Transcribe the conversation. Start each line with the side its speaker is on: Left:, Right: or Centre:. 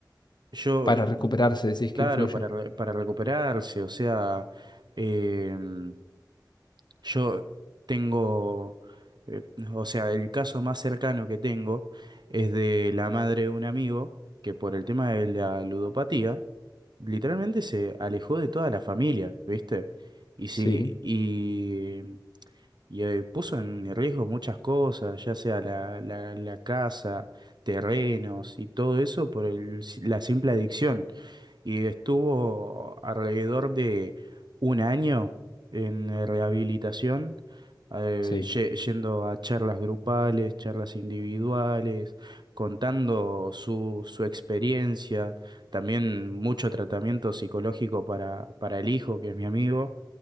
Right: yo,
Left: para
Right: mm,
Left: recuperarse decís
Right: claro,
Left: que influye.
Right: para, re- para recuperarse, o sea, em, yo tengo, eh, o sea, el caso más cercano que tengo es de la madre de un amigo que por el tema de la ludopatía, literalmente se alejó de toda la familia, ¿viste? Y sí,
Left: Sí.
Right: y, y, eh, puso en riesgo muchas cosas, ya sea la, la, la casa, terrenos y todo eso por el- la simple adicción y estuvo alrededor de un año en eh, rehabilitación, eh,
Left: Sí,
Right: ye- yendo a charlas grupales, charlas individuales, contando su, su experiencia, también mucho tratamiento psicológico para, para el hijo, que es mi amigo